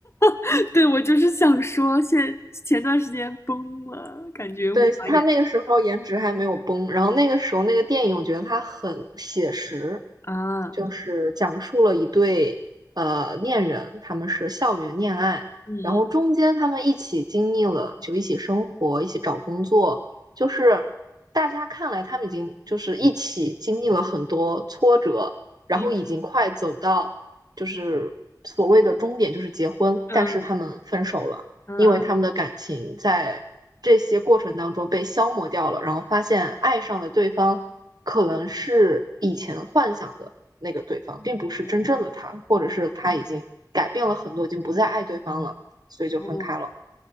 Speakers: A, on the left; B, on the right.
A: <laughs> 对，我就是想说，现前段时间崩了，感觉无法演
B: 对，他那个时候颜值还没有崩，然后那个时候那个电影，我觉得它很写实，
A: 啊。
B: 就是讲述了一对呃恋人，他们是校园恋爱，
A: 嗯
B: 然后中间他们一起经历了，就一起生活，一起找工作，就是大家看来他们已经就是一起经历了很多挫折，然后已经快走到就是所谓的终点，
A: 嗯
B: 就是结婚，
A: 嗯
B: 但是他们分手了。
A: 嗯嗯
B: 因为他们的感情在这些过程当中被消磨掉了，然后发现爱上的对方可能是以前幻想的那个对方，并不是真正的他，
A: 嗯
B: 或者是他已经改变了很多，
A: 嗯
B: 已经不再爱对方了，所以就分开了。
A: 哦